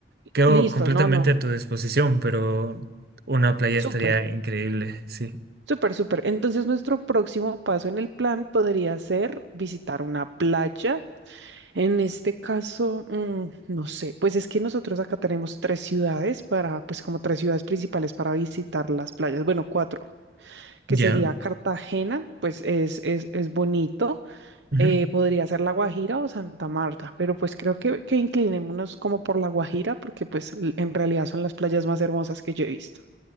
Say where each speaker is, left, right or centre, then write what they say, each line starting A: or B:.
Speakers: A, on the right; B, on the right.
A: quedo
B: Listo,
A: completamente
B: no, no.
A: a tu disposición, pero una playa estaría
B: Súper,
A: increíble, sí.
B: súper, súper. Entonces, nuestro próximo paso en el plan podría ser visitar una playa En este caso, mm, no sé, pues es que nosotros acá tenemos tres ciudades para, pues como tres ciudades principales para visitar las playas, bueno, cuatro, que
A: ¿Ya?
B: sería Cartagena, pues es, es, es bonito,
A: ujú.
B: eh, podría ser La Guajira o Santa Marta, pero pues creo que, que inclinémonos como por La Guajira, porque pues l- en realidad son las playas más hermosas que yo he visto.